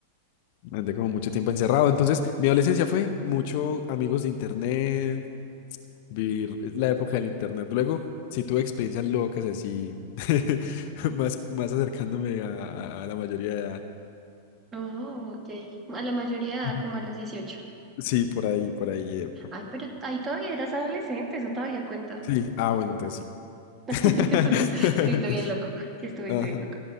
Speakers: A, on the left (about 45°); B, on the right (about 20°).
A: Andé como mucho tiempo encerrado. Entonces mi adolescencia fue mucho amigos de internet, vivir eh, la época del internet. Luego sí tuve experiencias locas así, <laughs> más, más acercándome a, a la mayoría de edad.
B: Oh, ok. A la mayoría de edad,
A: <laughs>
B: como a los dieciocho
A: Sí, por ahí, por ahí. eh,
B: Ay, pero ahí todavía eras adolescente, eso todavía cuenta.
A: Sí, ah, bueno, entonces sí.
B: <laughs>
A: <laughs>
B: Estuviste bien loco. Sí, estuviste
A: Ajá,
B: bien